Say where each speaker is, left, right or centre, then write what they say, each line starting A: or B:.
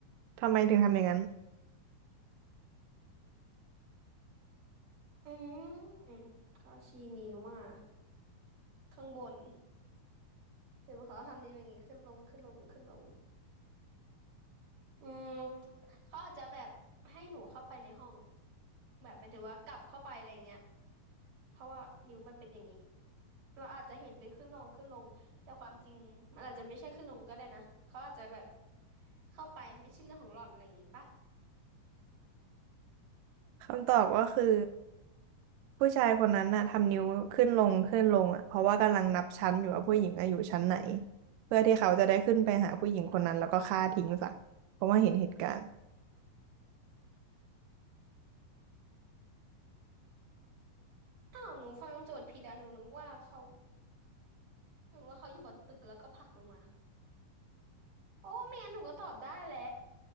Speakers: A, on the right; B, on the right.
A: ทำไมถึงทำอย่างนั้น
B: อืมก็ชี้นิ้วมาข้างบนหรือว่าเขาทำนิ้วอย่างงี้ขึ้นลงขึ้นลงขึ้นลงอืมเขาอาจจะแบบให้หนูเข้าไปในห้องแบบหมายถึงว่ากลับเข้าไปอะไรเงี้ยเพราะว่านิ้วมันเป็นอย่างนี้เราอาจจะเห็นเป็นขึ้นลงขึ้นลงแต่ความจริงมันอาจจะไม่ใช่ขึ้นลงก็ได้นะเขาอาจจะแบบเข้าไปไม่ใช่เรื่องของหล่อนอะไรอย่างงี้ปะ
A: คำตอบก็คือผู้ชายคนนั้นน่ะทำนิ้วขึ้นลงขึ้นลงอ่ะเพราะว่ากำลังนับชั้นอยู่ว่าผู้หญิงอะอยู่ชั้นไหนเพื่อที่เขาจะได้ขึ้นไปหาผู้หญิงคนนั้นแล้วก็ฆ่าทิ้งซะเพราะว่าเห็นเหตุการณ์
B: อ้าวหนูฟังโจทย์ผิดอะหนูนึกว่าเขาหนูว่าเขาอยู่บนตึกแล้วก็ผลักลงมา โอ้ไม่งั้นหนูก็ตอบได้แหละ